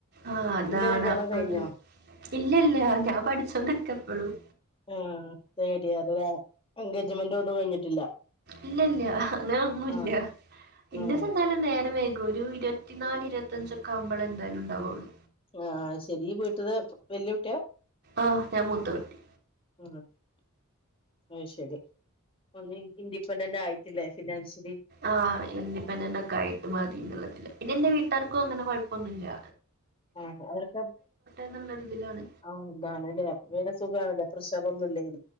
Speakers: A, on the right (about 50°); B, on the left (about 25°).
A: ആഹ് അതാണ്
B: നിന്റെ കല്യാണം
A: അപ്പോ
B: കഴിഞ്ഞോ
A: ഇല്ലില്ല ഞാൻ പഠിച്ചോണ്ട് നിക്കാ ഇപ്പഴും
B: ആഹ് ശരിയ അത് വേറെ എൻഗേജ്മെന്റ് ഒന്നും കഴിഞ്ഞിട്ടില്ല
A: ഇല്ലില്ല അങ്ങനെ ഒന്നുമില്ല
B: ആഹ്
A: ഇന്റെ
B: ആഹ്
A: സന്താലം നേരം വൈകും ഒരു ഇരുത്തിനാല് ഇരുപത്തിയഞ്ചൊക്കെ ആവുമ്പളേ എന്തായാലും ഉണ്ടാവുള്ളൂ
B: ആഹ് ശെരി വീട്ടില് വല്യ കുട്ടിയാ
A: ആഹ് ഞാൻ മൂത്ത കുട്ടി
B: ഉം അത് ശരി ഒന്ന് ഇൻഡിപെൻഡന്റ് ആയിട്ടില്ലേ ഫിനാൻഷൽ
A: ആഹ് ഇൻഡിപെൻഡന്റ് ഒക്കെ ആയിട്ട് മതി എന്നുള്ളതില് പിന്നെ എന്റെ വീട്ടുകാർക്കും അങ്ങനെ കൊഴ പ്പം ഒന്നുമില്ല
B: ആഹ് അവർക്ക്‌
A: എന്നുള്ളൊരിതിലാണ്
B: ആഹ് ഇതാണല്ലേ അപ്പം പിന്നെ സുഖാണല്ലോ പ്രശ് പ്രശ്നമൊന്നുമില്ലെങ്കിൽ